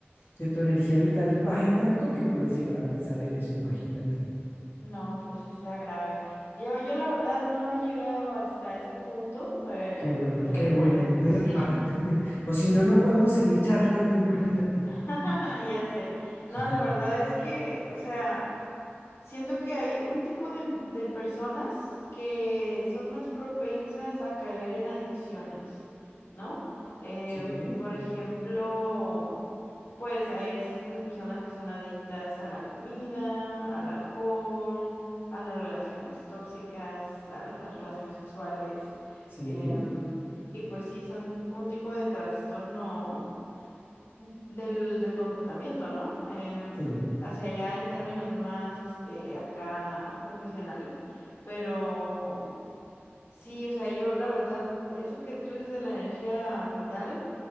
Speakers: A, on the left; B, on the left.
A: que tu energía vital baje tanto que puedes llegar a pensar en eso, imagínate.
B: No, pues sí está grave. Yo, yo la verdad no he llegado hasta ese punto eh,
A: Qué bueno,
B: de,
A: qué bueno,
B: de, de,
A: menos
B: sí,
A: mal. <laughs> O si no, no podemos seguir charlando, imagínate.
B: <laughs> ya sé. No,
A: <laughs>
B: la verdad es que, o sea... Siento que hay un tipo de, de personas que son más propensas a caer en adicciones, ¿no? Em,
A: Sí,
B: por ejemplo, pues eh, existen las personas que son adictas a la comida, al alcohol, a las relaciones tóxicas, a las relaciones sexuales.
A: sí,
B: em, y pues sí, son un tipo de trastorno del, del comportamiento, ¿no? Em,
A: sí,
B: hacia allá en términos más, este, acá profesionales, pero sí, o sea, yo la verdad, eso que tú dices de la energía vital,